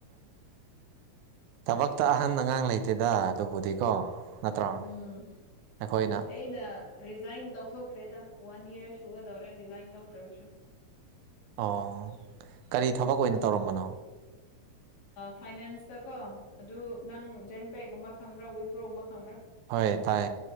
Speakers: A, on the right; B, on the left.
A: ꯊꯕꯛꯇ ꯑꯍꯟ ꯑꯉꯥꯡ ꯂꯩꯇ ꯑꯗꯨꯦꯗꯥ ꯑꯗꯨꯕꯨꯗꯤꯀꯣ ꯅꯠꯇ꯭ꯔꯥ
B: ꯎꯝ
A: ꯑꯩꯈꯣꯏꯅ
B: ꯑꯩꯅ ꯔꯤꯖꯥꯏꯟ ꯇꯧꯊꯣꯛꯈ꯭ꯔꯦꯗ ꯋꯥꯟ ꯌꯔ ꯁꯨꯒꯗꯧꯔꯦ ꯔꯤꯖꯥꯏꯟ ꯇꯧꯈ꯭ꯔꯕꯁꯨ
A: ꯑꯣ ꯀꯔꯤ ꯊꯕꯛ ꯑꯣꯏꯅ ꯇꯧꯔꯝꯕꯅꯣ
B: ꯐꯥꯏꯅꯥꯟꯁꯇ ꯀꯣ ꯑꯗꯨ ꯅꯪ ꯖꯦꯟ ꯄꯦꯒꯨꯝꯕ ꯈꯪꯕ꯭ꯔꯥ ꯋꯤꯄ꯭ꯔꯣꯒꯨꯝꯕ ꯈꯪꯕ꯭ꯔꯥ
A: ꯍꯣꯏ ꯇꯥꯏ